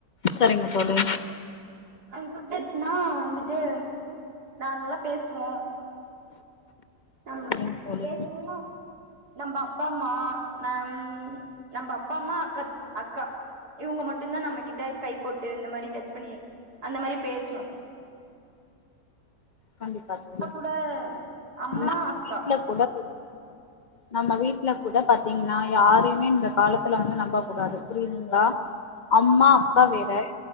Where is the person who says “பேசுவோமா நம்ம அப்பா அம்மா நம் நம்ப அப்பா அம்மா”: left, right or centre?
Right